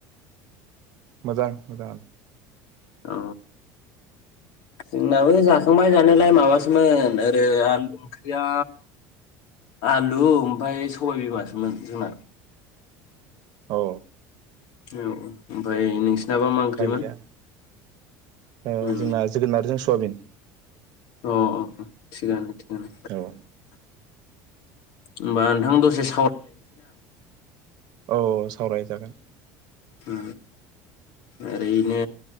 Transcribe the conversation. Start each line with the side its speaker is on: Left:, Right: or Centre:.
Right: मोजां मोजांङालाय।
Left: औ जोंनाबो जा संबाय जानियालाय माबासोमोन <unintelligible> आल ओंख्रिया आलु ओमफ्राय सबायबिमासोमोन जोंना।
Right: औ
Left: औ औ ओमफ्राय नोंसि दाबा मा ओंख्रिमोन
Right: गैया ओ
Left: उ
Right: जोंना जोगोनारजों सवाबिन
Left: अ अ अ थिगानो थिगानो।
Right: औ
Left: होमबा नोंथां दसेस
Right: औ सावरायजागोन
Left: ओ ओरैनो